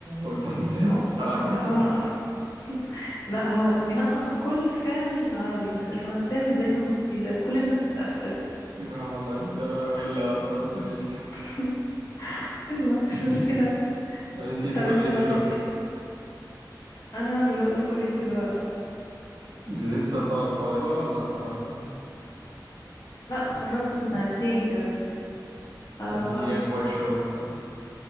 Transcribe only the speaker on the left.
هو
هو نقص <laughs> لا هو بينقص الكل فعلا العربي بس الفرنساوي زيت النصفي ده كل الناس بتقفل
<laughs> يلا مش مشكلة
طب
انت بقى
بتحب انا دلوقتي في كلية تجارة
لا اتخرجت من سنتين كده آه،